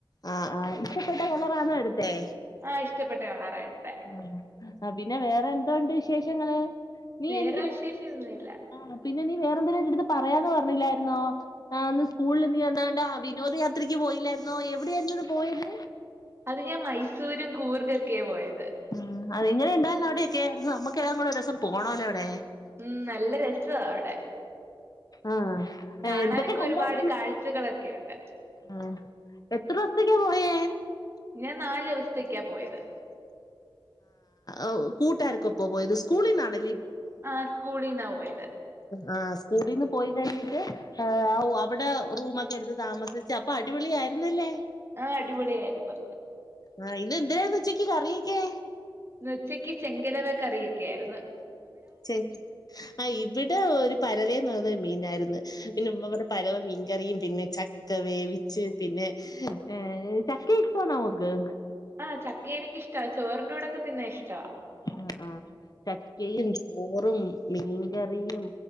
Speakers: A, on the left (about 45°); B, on the right (about 30°).
A: ആഹ് ആഹ് ഇഷ്ടപ്പെട്ട കളറാണോ എടു ത്തേ
B: ആഹ് ഇഷ്ടപ്പെട്ട കളറാ എടുത്തെ
A: ഉം. പിന്നെ വേറെ എന്തോണ്ട് വിശേഷങ്ങള് നീ
B: വേറെ
A: എനിക് <unintelligible>
B: വിശേഷൊന്നുല്ല
A: പിന്നെ നീ വേറെ എന്തേലും ഒ ഒരുരിടുത്ത് പറയാന്ന് പറഞ്ഞില്ലായിരുന്നോ ആന്ന് സ്കൂളിൽ നീ വന്നാണ്ട വിനോദയാത്രക്ക് പോയി ല്ലായിരുന്നോ എവിടായിരുന്നു അത്‌ പോയത്
B: അത് ഞാൻ മൈസൂരും കൂർഗൊക്കെയാ പോയത്
A: ഉം അത് എങ്ങനെ ഉണ്ടായിരുന്നു അവിടെയൊക്കെ നമ്മക്ക് എല്ലാവർക്കുംകൂടെ ഒരു ദിവസം പോണമല്ലോ അവിടെ
B: ഉം നല്ല രസവാ അവിടെ
A: ആഹ്
B: കാണാനൊക്കെ
A: എന്തൊക്കെ കണ്ടായിരുന്നു
B: ഒരുപാട് കാഴ്ചകളൊക്കെയുണ്ട്
A: ആഹ് എത്ര ദെവസത്തേക്കാ പോയേ
B: ഞാൻ നാല് ദെവസത്തേക്കാ പോയത്.
A: ആഹ് കൂട്ടുകാരക്കൊപ്പോവോ പോയത് സ്കൂളിന്നാണ്-
B: ആഹ് സ്കൂളിനാ പൊയത്.
A: ആഹ് സ്കൂളിന്ന് പോയികഴിഞ്ഞിട്ട് അവിടെ റൂമൊക്കെ എടുത്ത് താമസിച്ച് അപ്പൊ അടിപൊളി തരുന്നില്ലേ
B: ആഹ് അടിപൊളിയായിരുന്നു.
A: ആഹ് എന്താരായിരുന്നു ഉച്ചക്ക് കറിയക്കെ
B: ഇന്ന് ഉച്ചക്ക് ചെങ്കലവ കറിയൊക്കെയായിരുന്നു.
A: ചെ ആ ഇവിടെ ഒരു പരവേന്ന് പറയുന്ന ഒരുമീനായിയിരുന്നു പിന്നെ ഉമ്മ പറഞ്ഞു പരവ മീൻകറിയും പിന്നെ ചക്ക വേവിച്ച് പിന്നെ ഏ ചക്ക ഇഷ്ട്ടമാണൊ മോക്ക്
B: ആഹ് ചക്ക എനിക്ക് ഇഷ്ട്ടാ ചോറിന്റെ കൂടൊക്കെ തിന്നാ ഇഷ്ട.
A: ആഹ് ആഹ് ചക്കയും, ചോറും. മീൻകറിയും,